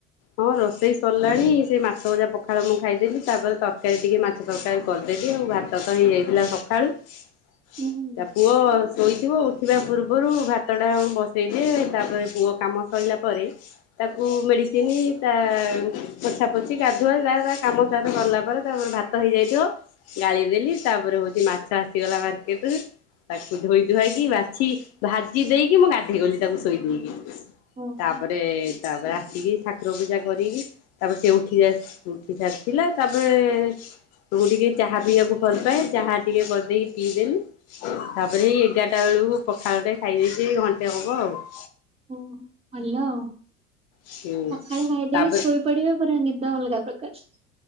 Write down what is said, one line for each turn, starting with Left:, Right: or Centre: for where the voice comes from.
Left: ହଁ ରୋଷେଇ ସରିଲାଣି ସେ ମାଛ ଭଜା ପଖାଳ ମୁଁ ଖାଇଦେବି ତାପରେ ତରକାରୀ ଟିକେ ମାଛ ତରକାର କରିଦେବି ଆଉ ଭାତ ତ ହେଇଯାଇଥିଲା ସକାଳୁ।
Right: ହୁଁ।
Left: ତା ପୁଅ ଶୋଇଥିବ ଉ ଉଠିବା ପୂର୍ବରୁ ଭାତ ଟା ମୁ ବସେଇଦିଏ ତାପରେ ପୁଅ କାମ ସରିଲା ପରେ ତାକୁ ମେଡି ଚିନି ତା ପୋଛା ପୋଛି ଗାଧୁଆ ଯାହା ତା କାମ ତାର ସରିଲା ପରେ ତାପରେ ଭାତ ହେଇଯାଇଥିବ। ଗାଳି ଦେଲି ତାପରେ ହଉଛି ମାଛ ଆସିଗଲା ମାର୍କେଟ ରୁ। ତାକୁ ଧୋଇ ଧୁଆଇକି ବାଛି ଭାଜି ଦେଇକି ମୁଁ ଗାଧେଇ ଗଲି ତାକୁ ଶୋଇ ଦେଇକି।
Right: ଓହୋ
Left: ତାପରେ ତାପରେ ଆ ଉଠି ଠାକୁର ପୂଜା କରିକି ତାପରେ ସେ ଉଠି ଉଠି ସାରିଥିଲା ତାପରେ ତ ମୁଁ ଟିକେ ଚାହା ପିଇବାକୁ ଭଲ ପାଏ ଚାହା ଟିକେ କରଦେଇକି ପିଇଦେଲି। ତାପରେ ଏୟୀ ଏଗାରଟା ବେଳକୁ ପଖାଳ ଟେ ଖାଇଦେଇଛି ଘଣ୍ଟେ ହବ ଆଉ।
Right: ଓ ଭଲ ଆଉ
Left: ହୁଁ।
Right: ପଖାଳ ଖାଇ ଦେଇକି
Left: ତାପରେ
Right: ଶୋଇ ପଡ଼ିବେ ପୁରା ନିଦ ଅଲଗା ପ୍ରକାର।